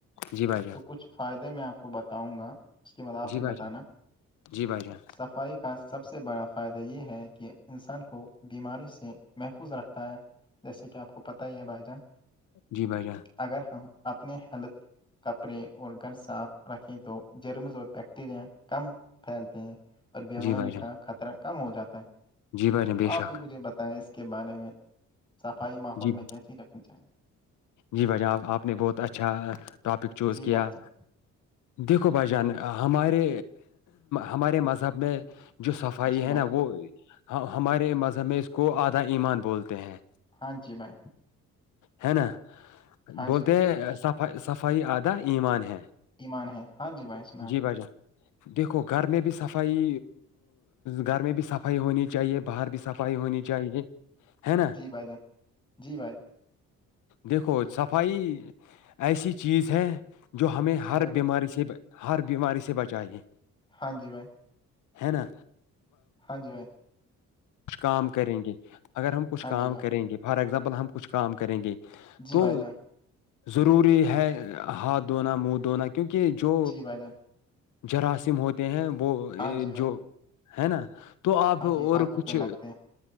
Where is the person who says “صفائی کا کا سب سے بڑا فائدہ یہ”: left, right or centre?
Left